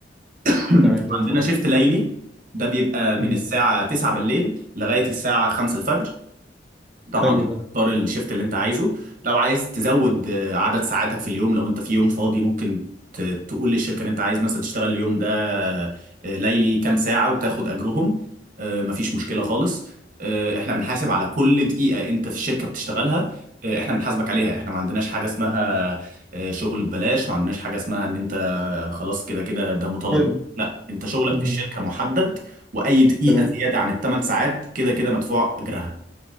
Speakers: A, on the right; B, in the centre.
A: <clears throat>
B: تمام زي
A: وعندنا
B: الفل
A: شيفت ليلي ده بيبقى من
B: مهم.
A: الساعه 9 بالليل لغايه الساعه 5 الفجر طبعا
B: حلو
A: انت
B: ده
A: تختار الشيفت اللي انت عايزه لو عايز تزود آه، عدد ساعاتك في اليوم لو انت في يوم فاضي ممكن ت- تقول للشركه ان انت عايز مثلا تشتغل اليوم ده آه، ليلي كام ساعه وتاخد اجرهم آه، مفيش مشكله خالص آه، احنا بنحاسب على كل دقيقه انت في الشركه بتشتغلها آه، احنا بنحاسبك عليها احنا ما عندناش حاجه اسمها آه، شغل ببلاش ما عندناش حاجه اسمها ان انت آه، خلاص كده كده ده مطالب
B: حلو
A: منك لا انت شغلك
B: مهم.
A: في الشركه محدد واي دقيقه
B: تمام
A: زياده عن الثمان ساعات كده كده مدفوع اجرها